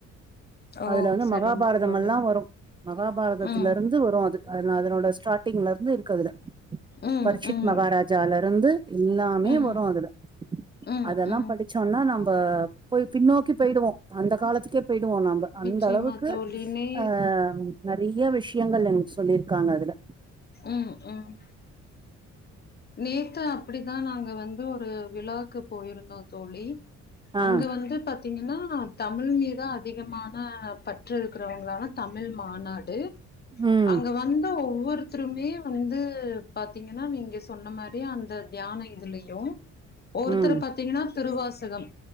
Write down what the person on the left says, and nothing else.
ஓ
சரிங்க
தோழி
ம்
ம்
ம்
ம்
ம்
ம்
நிச்சயமா
தோழி நே
ம் ம் நேத்து அப்டிதா நாங்க வந்து ஒரு விழாக்கு போயிருந்தோ தோழி
அங்க வந்து பத் த்தீங்கன்னா தமிழ் மீது அதிகமான பற்றிருக்கிறவங்களால தமிழ் மாநா டு
அங்க வந்து ஒ ஒருத்ருமே வந்து பாத்தீங்கன்னா நீங்க சொன்ன மாரியே அந்த தியான இதுலியு ஒவ்வொத்தர
பாத்தீங்கனா துருவாசகம்